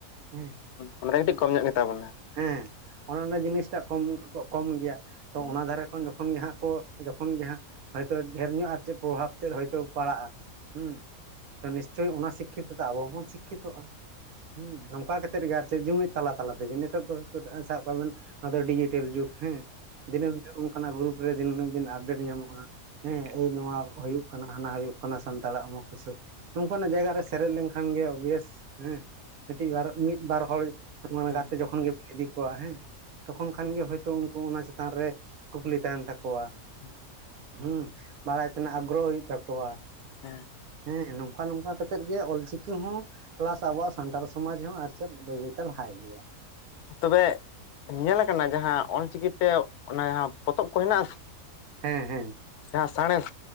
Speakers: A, on the right; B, on the left.
A: ᱦᱮᱸ
B: ᱚᱱᱟ ᱫᱚ ᱠᱟᱹᱴᱤᱡ ᱠᱚᱢ ᱧᱚᱜ ᱜᱮᱛᱟ ᱵᱚᱱᱟ᱾
A: ᱦᱮᱸ ᱚᱱᱮ ᱚᱱᱟ ᱡᱤᱱᱤᱥᱴᱟᱜ ᱠᱚᱢ ᱠᱚᱢ ᱜᱮᱭᱟ ᱛᱚ
B: ᱦᱮᱸ
A: ᱚᱱᱟ ᱫᱷᱟᱨᱮ ᱩᱱ ᱡᱚᱠᱷᱚᱱ ᱜᱮ ᱦᱟᱸᱜ ᱠᱚ ᱡᱚᱠᱷᱚᱱ ᱜᱮ ᱦᱟᱸᱜ ᱦᱚᱭᱛᱚ ᱰᱷᱮᱨ ᱧᱚᱜ ᱟᱨ ᱪᱮᱫ ᱯᱨᱚᱵᱷᱟᱵ ᱛᱮᱫ ᱦᱚᱭᱛ ᱯᱟᱲᱟᱜᱼᱟ ᱦᱮᱸ ᱛᱚ ᱱᱤᱥᱪᱳᱭ ᱚᱱᱟ ᱥᱤᱠᱠᱷᱤᱛ ᱛᱮᱚ ᱟᱵᱚ ᱦᱚᱸᱵᱚᱱ ᱥᱤᱠᱠᱷᱤᱛᱚᱜᱼᱟ ᱦᱮᱸ ᱱᱚᱝᱠᱟ ᱠᱟᱛᱮ <unintelligible> ᱛᱟᱞᱟ ᱛᱟᱞᱟ ᱛᱮᱜᱮ ᱱᱤᱛᱚᱜ ᱫᱚ ᱥᱟᱵ ᱠᱟᱜ ᱵᱤᱱ ᱱᱚᱣᱟ ᱫᱚ ᱰᱤᱡᱤᱴᱮᱞ ᱡᱩᱜᱽ ᱦᱮᱸ ᱫᱤᱱᱟᱹᱢ ᱦᱤᱞᱚᱜ ᱚᱱᱠᱟᱱᱟᱜ ᱜᱨᱩᱯ ᱨᱮ ᱫᱤᱱᱟᱹᱢ ᱫᱤᱱ ᱟᱯᱰᱮᱴ ᱧᱟᱢᱚᱜᱼᱟ᱾ ᱦᱮᱸ ᱮᱭ ᱱᱚᱣᱟ ᱦᱩᱭᱩᱜ ᱠᱟᱱᱟ ᱦᱟᱱᱟ ᱦᱩᱭᱩᱜ ᱠᱟᱱᱟ ᱥᱟᱱᱛᱟᱲᱟᱜ ᱚᱢᱩᱠ ᱛᱩᱥᱩᱠ ᱱᱚᱝᱠᱟ ᱱᱟᱜ ᱡᱟᱭᱜᱟ ᱨᱮ ᱥᱮ ᱯᱮᱨᱮᱡ ᱞᱮᱱᱠᱷᱟᱱ ᱜᱮ ᱳᱵᱤᱭᱥ ᱦᱮᱸ ᱢᱤᱫᱴᱤᱡ ᱵᱟᱨ ᱢᱤᱫ ᱵᱟᱨ ᱦᱚᱲ <unintelligible>
B: ᱦᱮᱸ
A: ᱦᱮᱸ ᱛᱚᱠᱷᱚᱱ ᱠᱷᱟᱱ ᱜᱮ ᱦᱳᱭᱛᱳ ᱩᱱᱠᱩ ᱚᱱᱟ ᱪᱮᱛᱟᱱ ᱨᱮ ᱠᱩᱠᱞᱤ ᱛᱟᱦᱮᱱ ᱛᱟᱠᱚᱣᱟ᱾
B: <unintelligible>
A: ᱦᱮᱸ ᱵᱟᱲᱟᱭ ᱛᱮᱱᱟᱜ ᱟᱜᱽᱨᱚᱦᱚ ᱦᱩᱭᱩᱜ ᱛᱟᱠᱚᱣᱟ᱾
B: ᱦᱮᱸ᱾
A: ᱦᱮᱸ ᱱᱚᱝᱠᱟ ᱱᱚᱝᱠᱟ ᱠᱟᱛᱮᱜ ᱛᱮᱫ ᱜᱮ ᱚᱞ ᱪᱤᱠᱤ ᱦᱚᱸ ᱠᱮᱞᱟᱥ ᱟᱵᱚᱣᱟᱜ ᱥᱟᱱᱛᱟᱲ ᱥᱚᱢᱟᱡᱽ ᱦᱚᱸ ᱟᱨ ᱪᱮᱫ ᱵᱟᱹᱭ ᱵᱟᱹᱭᱛᱮ ᱞᱟᱦᱟᱭ ᱜᱮᱭᱟ
B: ᱛᱚᱵᱮ ᱧᱮᱞᱟᱠᱟᱱᱟ ᱡᱟᱦᱟᱸ ᱚᱞᱪᱤᱠᱤᱛᱮ ᱚᱱᱟ ᱡᱟᱦᱟᱸ ᱯᱚᱛᱚᱵ ᱠᱚ ᱦᱮᱱᱟᱜ ᱟᱥᱮ
A: ᱦᱮᱸ ᱦᱮᱸ᱾
B: ᱡᱟᱦᱟᱸ ᱥᱟᱬᱮᱥ,